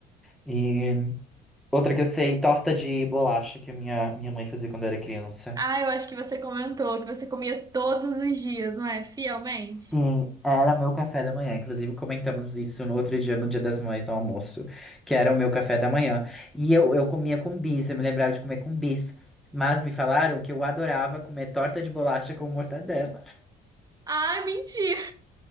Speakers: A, in the centre; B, on the right (about 20°).
A: E outra que eu sei, torta de bolacha que a minha, minha mãe fazia quando eu era criança.
B: Ah, eu acho que você comentou que você comia todos os dias, não é? Fielmente.
A: Sim, era meu café da manhã. Inclusive, comentamos isso no outro dia, no Dia das Mães, no almoço, que era o meu café da manhã. E eu, eu comia com bis, eu me lembrava de comer com bis. Mas me falaram que eu adorava comer torta de bolacha com mortadela.
B: Ah, mentira!